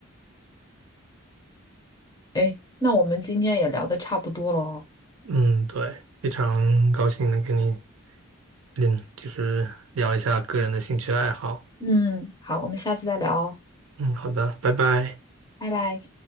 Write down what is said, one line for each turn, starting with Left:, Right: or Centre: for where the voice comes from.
Left: 哎，那我们今天也聊的差不多喽。
Right: <laughs> 嗯，对，非常高兴能跟你嗯，就是聊一下个人的兴趣爱好。
Left: 嗯，好，我们下次再聊哦，
Right: 嗯，好的，拜拜。
Left: 拜拜。